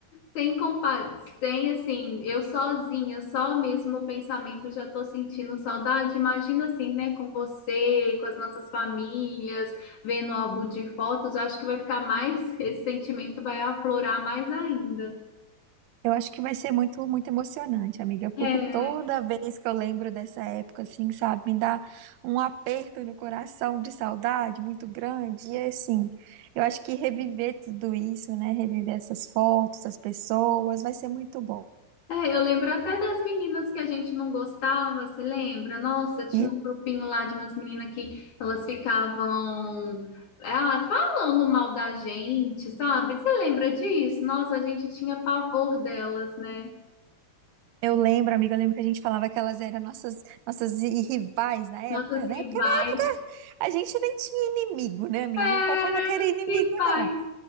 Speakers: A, on the left; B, on the right.
A: sem compa, sem assim, eu sozinha, só mesmo no pensamento já tô sentindo saudade. Imagina assim, né, com você, com as nossas famílias, vendo o álbum de fotos, acho que vai ficar mais, <laughs> esse sentimento vai aflorar mais ainda.
B: Eu acho que vai ser muito, muito emocionante, amiga, porque
A: É,
B: toda vez que eu lembro dessa época, assim, sabe, me dá um aperto no coração de saudade muito grande. E é assim, eu acho que reviver tudo isso, né, reviver essas fotos, as pessoas, vai ser muito bom.
A: É, eu lembro até das meninas que a gente não gostava, você lembra? Nossa, tinha
B: E
A: um grupinho lá de umas meninas que elas ficavam, ah, falando mal da gente, sabe? Você lembra disso? Nossa, a gente tinha pavor delas, né?
B: eu lembro, amiga, eu lembro que a gente falava que elas eram nossas, nossas i- rivais na época,
A: Nossas rivais.
B: né? Porque na época a gente nem tinha inimigo, né, amiga?
A: Era,
B: A gente não pode falar que era inimigo,
A: rivais.
B: não.